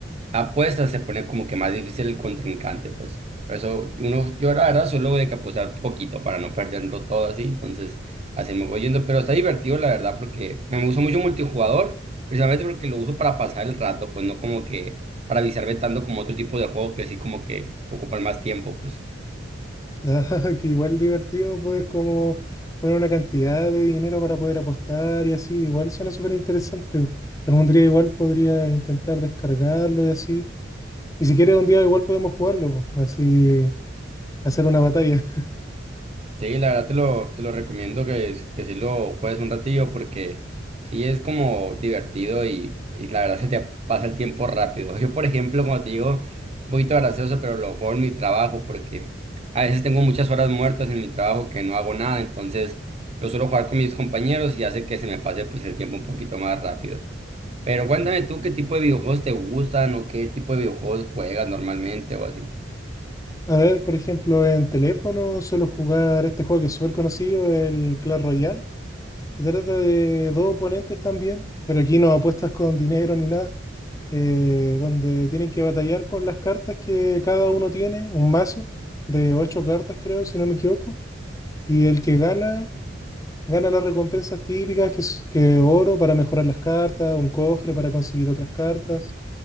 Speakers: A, on the right; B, on the left.
A: apuestas se pone como que más difícil el contrincante, pues. Por eso uno, yo la verdad solo de que apostar poquito para no perderlo todo así, entonces así me voy yendo, pero está divertido la verdad porque me gusta mucho multijugador, precisamente porque lo uso para pasar el rato, pues no como que para avisarme tanto como otro tipo de juego que sí como que ocupan más tiempo, pues.
B: <laughs> Nada, Que igual divertido poder como poner una cantidad de dinero para poder apostar y así, igual suena súper interesante. Algún día igual podría intentar descargarlo y así. Y si quieres un día igual podemos jugarlo, po, así hacer una batalla.
A: Sí, la verdad te lo, te lo recomiendo que, que sí lo juegues un ratillo porque sí es como divertido y, y la verdad se te pasa el tiempo rápido. <laughs> Yo, por ejemplo, como te digo, un poquito gracioso, pero lo juego en mi trabajo porque a veces tengo muchas horas muertas en mi trabajo que no hago nada, entonces lo suelo jugar con mis compañeros y hace que se me pase pues el tiempo un poquito más rápido. Pero cuéntame tú qué tipo de videojuegos te gustan o qué tipo de videojuegos juegas normalmente o así.
B: <laughs> A ver, por ejemplo, en teléfono suelo jugar este juego que es súper conocido, el Clash Royale, que trata de dos oponentes también, pero aquí no apuestas con dinero ni nada, eh, donde tienen que batallar con las cartas que cada uno tiene, un mazo de ocho cartas creo, si no me equivoco, y el que gana Gana las recompensas típicas, que es que oro para mejorar las cartas, un cofre para conseguir otras cartas.